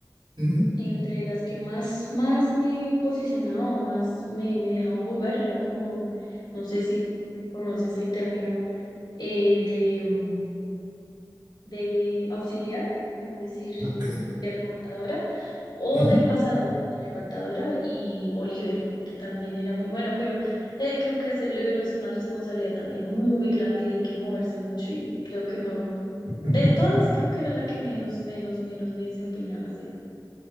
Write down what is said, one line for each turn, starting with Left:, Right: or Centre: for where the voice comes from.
Right: ujú,
Left: entre las que más, más me posicionaba o más me, me dejaban jugar era como, no sé si conoces el término eh, de, mm, de auxiliar, es decir,
Right: Ok.
Left: mm, de rematadora o
Right: ujú.
Left: de pasadora, de levantadora y o líbero, que también era muy bueno, pero eh, creo que ser líbero es una responsabilidad también muy grande y hay que moverse mucho y creo que no,
Right: <laughs>
Left: de todas creo que era la que menos, menos, menos me desempeñaba así.